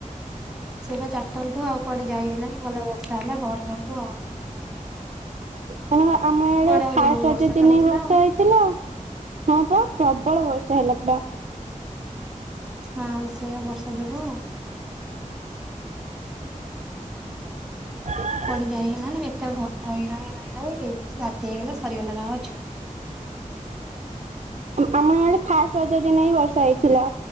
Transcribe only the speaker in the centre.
ସେ ଚାରିଟା ବେଳୁଠୁ ଆଉ କୁଆଡେ ଯାଇ ହେଲାନି ଗଲା ବର୍ଷା ହେଲା ଘରେ ରହିଲୁ।
କୁଆଡେ ଆଉ
ଯିବୁ ବର୍ଷା
ତ ହଉଥିଲା
ଆଉ
ହଁ ସେୟା ବର୍ଷା ଯୋଗୁଁ।
କୁଆଡେ ଯାଇ ହେଲାନି ବେକାର ଘରେ ରହି, ରହି, ରହି, ରହି ରାତି ହେଇଗଲା ସରିଗଲା ରଜ।